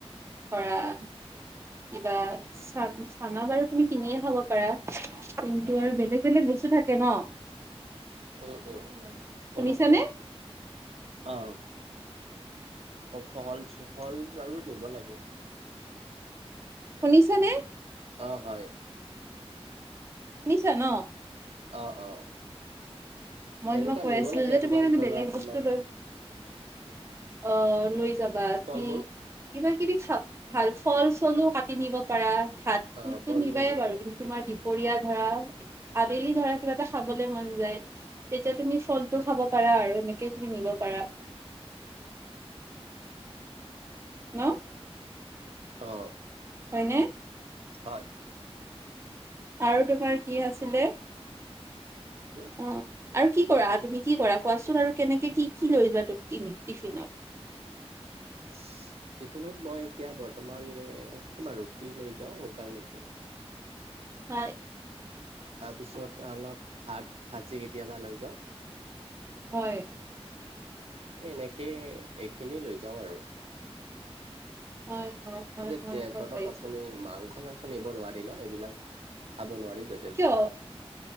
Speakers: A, on the right; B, on the right.
A: ধৰা কিবা। চান চানা বাৰু তুমি কিনিয়ে খাব পাৰা কিন্তু আৰু বেলেগ বেলেগ বস্তু থাকে ন।
B: উম উম অহ
A: শুনিছানে
B: নৰ্মেল পানী, অ অ ফল ফল বাৰু নিব লাগে।
A: শুনিছা নে।
B: অ হয়।
A: শুনিছা ন।
B: অ অ,
A: মই
B: এনেকুৱা
A: তোমাক কৈ
B: নিব
A: আছিলো
B: লাগে
A: যে
B: আৰু
A: তুমিমানে
B: ভাল ধৰা
A: বেলেগ
B: তোমাক
A: বস্তু লৈ। অ লৈ যাবা
B: ফল
A: তুমি,
B: মূল
A: কিবা কিবি খা ভাল ফল চলো কাটি নিব পাৰা ভাত,
B: অ
A: <unintelligible>
B: ফল
A: নিবায়ে
B: মূল নিব
A: বাৰু
B: লাগে।
A: কিন্তু তোমাৰ দিব, পৰিয়া ধৰা আবেলি ধৰা কিবা এটা খাবলে মন যায়। তেতিয়া তুমি ফল টো খাব পাৰা আৰু এনেকে তুমি নিব পাৰা। ন
B: অ,
A: হয়নে।
B: হয়,
A: আৰু তোমাৰ কি আছিলে।
B: হো,
A: অ আৰু কি কৰা তুমি কি কৰা কোৱাচোন আৰু কেনেকে কি কি লৈ যোৱা টিফিনত।
B: <unintelligible> টিফিনত মই এতিয়া বৰ্তমান কিবা ৰুটি লৈ যাওঁ শুকান ৰুটি।
A: হয়।
B: তাৰপিছত অলপ ভাত ভাজি কেতিয়াবা লৈ যাওঁ।
A: হয়।
B: এই এনেকে এইখিনি লৈ যাওঁ আৰু।
A: হয় হয়। হয়
B: কিন্তু
A: হয়
B: তে
A: গম
B: ধৰক
A: পাইছো
B: আপুনি মাংস চাংস নিব নোৱাৰি ন এইবিলাক খাব নোৱাৰি য
A: কিয়?